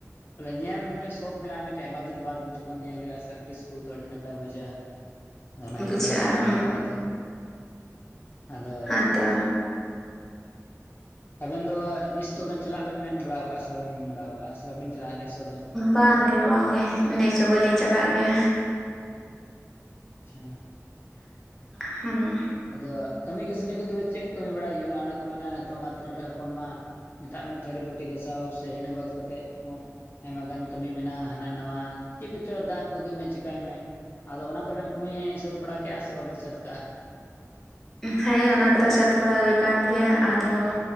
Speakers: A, on the left (about 40°); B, in the centre.
A: ᱵᱚᱞᱮ ᱧᱮᱞ ᱢᱤᱫᱴᱮᱱ ᱥᱚᱠ ᱢᱮᱱᱟᱜ-ᱟ ᱢᱤᱫᱮᱱ ᱟᱭᱢᱟ ᱫᱤᱱ ᱵᱟᱫ ᱡᱚᱠᱷᱚᱱ ᱧᱮᱞ ᱦᱩᱭᱩᱜ-ᱟ ᱥᱮ᱾ ᱥᱟᱨᱠᱮᱥᱩ ᱛᱚ ᱟᱹᱰᱤ ᱱᱟᱯᱟᱭ ᱵᱩᱡᱷᱟᱹᱜᱼᱟ ᱚᱱᱟ
B: ᱵᱩᱡᱷᱟᱹᱜᱼᱟ
A: ᱤᱫᱤ ᱜᱮ ᱪᱟᱞᱟᱜ
B: ᱦᱩᱸ
A: ᱦᱩᱭᱩᱜ ᱠᱷᱟᱡ ᱫᱚ ᱟᱫᱚ <inaudible>
B: ᱦᱮᱸᱛᱚ
A: ᱟᱵᱮᱱ ᱫᱚ ᱱᱤᱥ ᱫᱚ ᱵᱤᱱ ᱪᱟᱞᱟᱜ ᱵᱤᱱ ᱢᱮᱱ ᱵᱟᱨᱟ ᱟᱠᱟᱫ ᱥᱮ ᱵᱟᱵᱤᱱ ᱪᱟᱞᱟᱜᱼᱟ ᱱᱮᱥᱚᱜ ᱫᱚ
B: ᱵᱟᱝᱜᱮ ᱵᱟᱝᱜᱮ ᱱᱮᱥ ᱦᱚᱸᱵᱟᱞᱤᱧ ᱪᱟᱞᱟᱜ ᱜᱮᱭᱟ
A: ᱟᱪᱷᱟ
B: ᱦᱮᱸ
A: ᱟᱫᱚ ᱠᱟᱹᱢᱤ ᱠᱟᱹᱥᱱᱤ ᱠᱚ ᱫᱚ ᱪᱮᱫ ᱠᱚ ᱠᱟᱹᱢᱤ ᱵᱟᱲᱟᱭ ᱦᱩᱭᱩᱜ ᱠᱟᱱᱟ ᱚᱱᱟ ᱠᱚ ᱢᱮᱱᱟ ᱱᱤᱛᱚᱜ ᱢᱟ ᱛᱤᱨᱞᱟᱹ ᱦᱚᱯᱚᱱ ᱢᱟ ᱢᱮᱛᱟᱜ ᱢᱮ ᱛᱷᱟᱹᱨᱤ ᱵᱟᱹᱴᱤ ᱜᱟᱥᱟᱣ ᱥᱮ ᱤᱱᱟᱹ ᱵᱟᱫ ᱠᱟᱛᱮᱫ ᱦᱚᱸ ᱟᱭᱢᱟ ᱜᱟᱱ ᱠᱟᱹᱢᱤ ᱢᱮᱱᱟᱜ-ᱟ ᱦᱟᱱᱟ ᱱᱟᱣᱟ ᱪᱮᱫ ᱠᱚᱪᱚ ᱫᱟᱜ ᱠᱚ ᱟᱹᱜᱩᱭ ᱢᱮ ᱪᱮᱠᱟᱭ ᱢᱮ ᱟᱫᱚ ᱚᱱᱟ ᱠᱚᱵᱮᱱ ᱠᱟᱹᱢᱤ ᱥᱟᱹᱛ ᱵᱟᱲᱟ ᱠᱮᱫᱼᱟ ᱥᱮ ᱵᱟᱵᱤᱱ ᱥᱟᱹᱛ ᱠᱟᱜᱼᱟ?
B: ᱦᱮᱸ ᱚᱱᱟ ᱠᱚᱫᱚ ᱥᱟᱹᱛ ᱵᱟᱲᱟ ᱦᱩᱭ ᱟᱠᱟᱱ ᱜᱮᱭᱟ ᱟᱫᱚ